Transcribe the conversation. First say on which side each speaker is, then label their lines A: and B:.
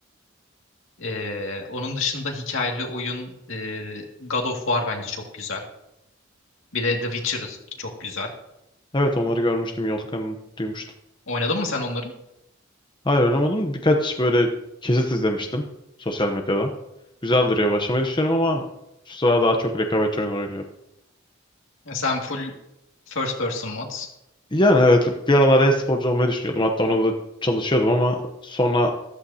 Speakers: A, on the left; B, on the left.
A: Ee, onun dışında hikayeli oyun e, God of War bence çok güzel. Bir de The Witcher çok güzel.
B: Evet onları görmüştüm. Yolduklarını duymuştum.
A: Oynadın mı sen onları?
B: Hayır oynamadım. Birkaç böyle kesit izlemiştim sosyal medyada. Güzel duruyor. Başlamayı düşünüyorum ama şu sıra daha çok rekabetçi oyunlar oynuyorum.
A: Ya Sen full first person mod.
B: Yani evet bir aralar e-sporcu olmayı düşünüyordum. Hatta ona da çalışıyordum ama sonra